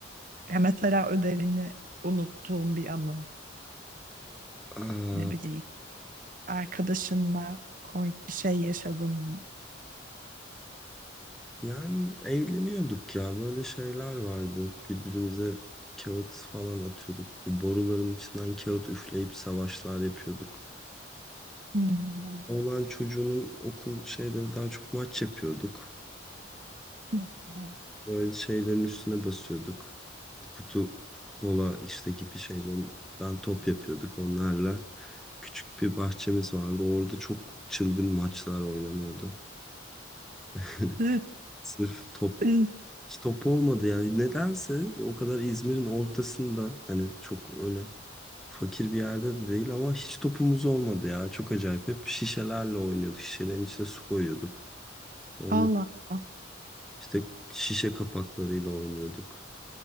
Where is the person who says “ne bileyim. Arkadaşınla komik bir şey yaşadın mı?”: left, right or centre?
Right